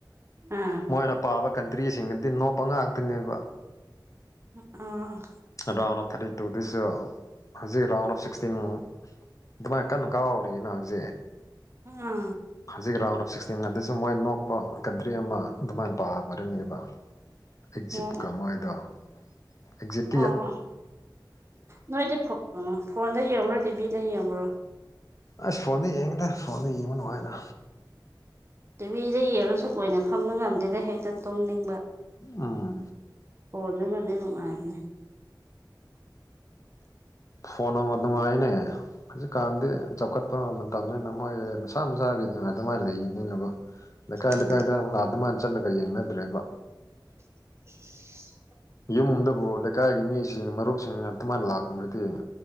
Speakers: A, on the right; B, on the left.
A: ꯑꯥ
B: ꯃꯣꯏꯅ ꯄꯥꯕ ꯀ ꯇ꯭ꯔꯤꯁꯤꯡꯒꯗꯤ ꯅꯣꯞ ꯉꯥꯛꯇꯅꯦꯕ
A: ꯑ
B: round of thirty two this ꯍꯧꯖꯤꯛ ꯔꯥꯎꯟ ꯑꯣꯐ ꯁꯤꯛꯁꯇꯤꯟ ꯑꯗꯨꯃꯥꯏꯅ ꯀꯟꯅ ꯀꯥꯎꯧꯔꯤꯅ ꯍꯧꯖꯤꯛ
A: ꯑꯥ
B: ꯍꯧꯖꯤꯛ ꯔꯥꯎꯟ ꯑꯣꯐ ꯁꯤꯛꯁꯇꯤꯟ ꯁ ꯃꯣꯏ ꯅꯣꯞꯄ ꯀꯟꯇ꯭ꯔꯤ ꯑꯃ ꯑꯗꯨꯃꯥꯏꯅ ꯄꯥꯕꯔꯅꯦꯕ ꯑꯦꯛꯖꯤꯞꯀ
A: ꯑꯣ
B: ꯃꯣꯏꯗꯣ ꯑꯦꯛꯖꯤꯞ
A: ꯑꯣ ꯅꯣꯏꯗꯤ ꯐꯣꯟꯗ ꯌꯦꯡꯕꯨꯔꯣ ꯇꯤꯚꯤꯗ ꯌꯦꯡꯕꯨꯔꯣ
B: ꯑꯁ ꯐꯣꯟꯗ ꯌꯦꯡꯉꯗꯦ ꯐꯣꯟꯗ ꯌꯦꯡꯕ ꯅꯨꯡꯉꯥꯏꯅ
A: ꯇꯨꯃꯤꯗ ꯌꯦꯜꯂꯨꯁꯨ ꯀꯨꯅ ꯐꯝꯕ ꯉꯝꯗꯦꯅ ꯍꯦꯛꯇ ꯇꯨꯝꯅꯤꯡꯉ
B: ꯑꯥ
A: ꯂ ꯂꯅ ꯑꯗꯅꯦ
B: ꯐꯣꯟꯣꯟ ꯑꯗꯨꯉꯥꯏꯅꯦ ꯍꯧꯖꯤꯛꯀꯥꯟꯗꯤ ꯆꯥꯎꯈꯠꯄ ꯃꯇꯝꯅꯤꯅ ꯃꯣꯏ ꯃꯁꯥ ꯃꯁꯥꯒꯤ ꯅꯨꯡꯉꯥꯏ ꯑꯗꯨꯃꯥꯏꯅ ꯂꯩꯕꯅꯤꯅꯕꯣ ꯂꯩꯀꯥꯏ
A: ꯎꯝ
B: ꯂꯩꯀꯥꯏꯗ ꯉꯥ ꯑꯗꯨꯃꯥꯏꯅ ꯆꯠꯂꯒ ꯌꯦꯡꯅꯗ꯭ꯔꯦꯕ
A: <unintelligible>
B: ꯌꯨꯝꯗꯕꯨ ꯂꯩꯀꯥꯏꯒꯤ ꯃꯤꯁꯤꯡ ꯃꯔꯨꯞꯁꯤꯡ ꯑꯗꯨꯃꯥꯏꯅ ꯂꯥꯛꯄ꯭ꯔꯗꯤ